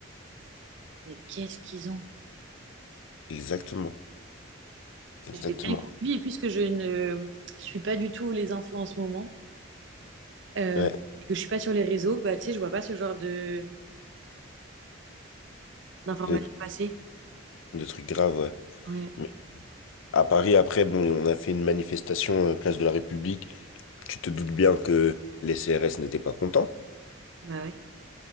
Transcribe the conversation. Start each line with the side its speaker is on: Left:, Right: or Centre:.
Right: Mais qu'est-ce qu'ils ont?
Left: Exactement. Exactement.
Right: Je vais pas les suivre, et puisque je ne suis pas du tout les infos en ce moment, euh,
Left: Ouais,
Right: et que je suis pas sur les réseaux, bah tu sais, je vois pas ce genre de d'informations
Left: de,
Right: passer.
Left: de trucs graves, ouais.
Right: Ouais,
Left: Mais à Paris, après, bon, on a fait une manifestation euh, place de la République. Tu te doutes bien que les CRS n'étaient pas contents.
Right: bah ouais.